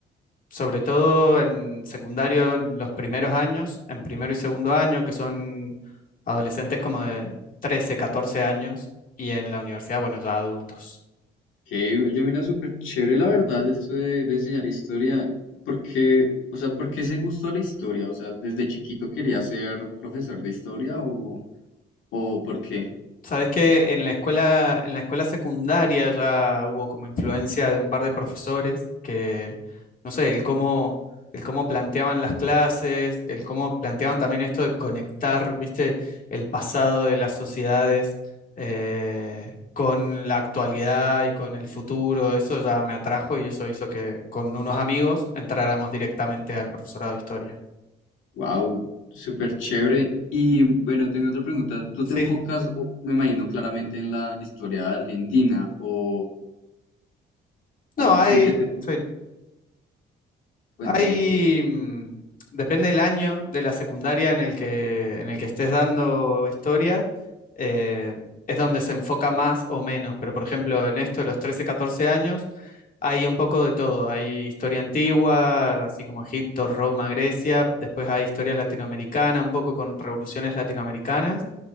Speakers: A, on the left; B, on the left.
A: sobre todo en secundario, en los primeros años, en primero y segundo año, que son adolescentes como de 13, 14 años, y en la universidad, bueno, ya adultos.
B: Que yo mira súper chévere la verdad esto de, de enseñar historia, porque, o sea, ¿por qué ese gusto a la historia? O sea, ¿desde chiquito quería ser profesor de historia o, o por qué?
A: Sabes que en la escuela, en la escuela secundaria ya hubo como influencia de un par de profesores que, no sé, el cómo, el cómo planteaban las clases, el cómo planteaban también esto de conectar, viste, el pasado de las sociedades eh, con la actualidad y con el futuro. Eso ya me atrajo y eso hizo que con unos amigos entráramos directamente al profesorado de historia.
B: Wow, súper chévere. Y bueno, tengo otra pregunta. ¿Tú
A: Sí.
B: te enfocas, o- me imagino claramente en la historia de Argentina o, o
A: No, hay.
B: en qué te...
A: sí.
B: Cuéntame.
A: Hay, mm, depende del año de la secundaria en el que, en el que estés dando historia, eh, es donde se enfoca más o menos, pero por ejemplo en esto de los 13, 14 años hay un poco de todo, hay historia antigua, así como Egipto, Roma, Grecia, después hay historia latinoamericana, un poco con revoluciones latinoamericanas,